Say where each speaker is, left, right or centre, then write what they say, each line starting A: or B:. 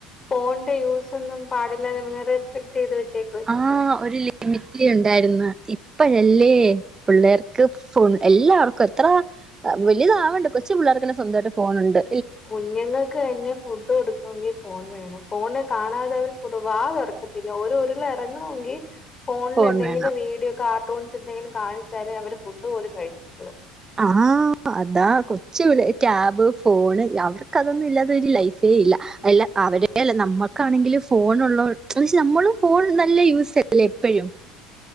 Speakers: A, on the left; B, on the right.
A: ഫോണിന്റെ യൂസ് ഒന്നും പാടില്ല ന്ന് മുന്നറിയിപ്പ് ചെയ്തു വെച്ചേക്കുവാ
B: ആ ഒരു ലിമിറ്റ് ഉണ്ടായിരുന്നു ഇപ്പഴല്ലേ പിള്ളേർക്ക് ഫോൺ എല്ലാവർക്കും എത്ര വല്യതാവണ്ട് കൊച്ചു പിള്ളേർക്കന്നെ സ്വന്തായിട്ട് ഫോണ് ണ്ട്
A: കുഞ്ഞുങ്ങൾക്ക് തന്നെ ഫുഡ് കൊടുക്കണങ്കിൽ ഫോൺ വേണം ഫോണ് കാണാതെ അവർ കൊടു വാ തുറക്കത്തില്ല ഒരു ഉരുള എറങ്ങണമെങ്കിൽ ഫോൺല്
B: ഫോൺ
A: എന്തെങ്കിലും
B: വേണം
A: വീഡിയോ കാർട്ടൂൺസ് എന്തെങ്കിലും കാണിച്ചാലേ അവര് ഫുഡ് പോലും കഴിക്കത്തൊള്ളൂ
B: ആഹ് അതാ കൊച്ചു പിള്ളേര് ടാബ് ഫോണ് അവർക്ക് അതൊന്നും ഇല്ലാതെ ഒരു ലൈഫേ ഇല്ല അല്ല അവരെ അല്ല നമ്മക്കാണെങ്കിലും ഫോൺ ഒള്ളകൊ എന്ന് വെച്ചാ നമ്മളും ഫോൺ നല്ല യൂസ്സല്ലേ എപ്പഴും